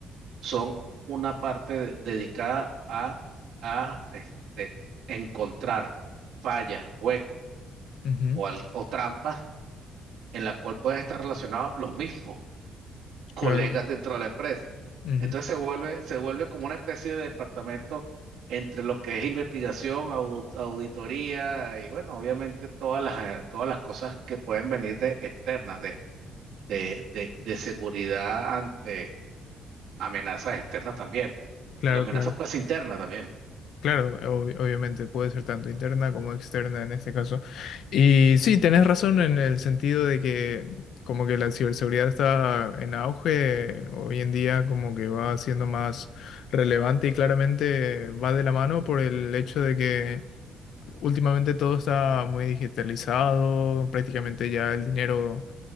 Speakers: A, on the right; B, on the left.
A: son una parte de- dedicada a, a este, encontrar fallas, huecos
B: ujú,
A: o, al- o trampas en la cual pueden estar relacionados los mismos colegas
B: Claro.
A: dentro de la empresa.
B: ujú,
A: Entonces se vuelve, se vuelve como una especie de departamento entre lo que es investigación, au- auditoría y bueno, obviamente todas las, todas las cosas que pueden venir de externas, de, de, de, de seguridad ante amenazas externas también, porque
B: Claro,
A: la amenaza
B: claro.
A: puede ser interna también.
B: Claro, ob- obviamente puede ser tanto interna como externa en este caso. Y sí, tenés razón en el sentido de que como que la ciberseguridad está en auge, hoy en día como que va siendo más relevante y claramente va de la mano por el hecho de que Últimamente todo está muy digitalizado, prácticamente ya el dinero